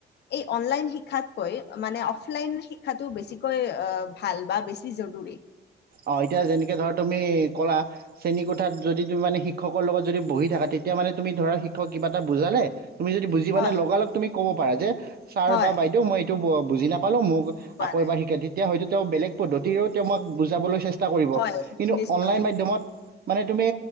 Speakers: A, on the left; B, on the right.
A: এই অনলাইন শিক্ষাতকৈ মানে অফলাইন শিক্ষাটো বেছি, কৈ আহ ভাল বা বেছি জৰুৰী
B: অ এতিয়া যেনেকে ধৰা তুমি ক'লা শেণীোঠাত যদি তুমি মানে শিক্ষকৰ লগত যদি বহি থাকা তেতিয়া মানে তুমি ধৰা শিক্ষক কিবা এটা বুজালে, তুমি য বুজিপোৱা
A: হয়,
B: নাই লগা লগ তুমি ক'ব পাৰা যে, ছাৰ
A: হয়,
B: বা বাইদেউ মই এইটো বুজি নাপালো মোক
A: পোৱা
B: আকৌ
A: নাই।
B: এবাৰ শিকে তেতিয়া হয়তো, তেওঁ বেলেগ পদ্ধতিৰেও তেওঁআমক যাবলৈ চেষ্টা, কৰিব
A: হয়,
B: কিন্তু
A: নিশ্চয়।
B: অনলাইন মাধ্যমত মানে তুমি,